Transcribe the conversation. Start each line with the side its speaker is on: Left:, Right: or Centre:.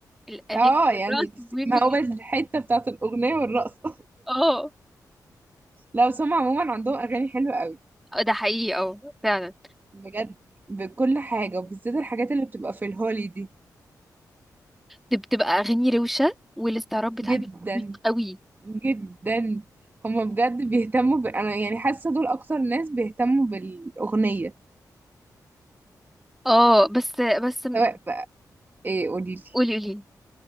Centre: الاغاني
Right: اه
Centre: الرقص
Right: يعني
Centre: مهم
Right: ما
Centre: جدا
Right: هو بس الحتة بتاعت الاغنية والرقص
Centre: اه
Right: لا بس هم عموما عندهم اغاني حلوه قوي
Centre: ده حقيقي اه فعلا
Right: بجد بكل حاجه وبالذات الحاجات اللي بتبقى في الهولي دي
Centre: دي بتبقى اغاني روشه والاستعراض بتاعها
Right: جدا
Centre: بيبقى عميق قوي
Right: جدا هم بجد بيهتموا ب... انا يعني حاسه دول اكتر ناس بيهتموا بالاغنيه
Centre: اه بس بس م-
Right: سواء بقى ايه قوليلي
Centre: قولي قولي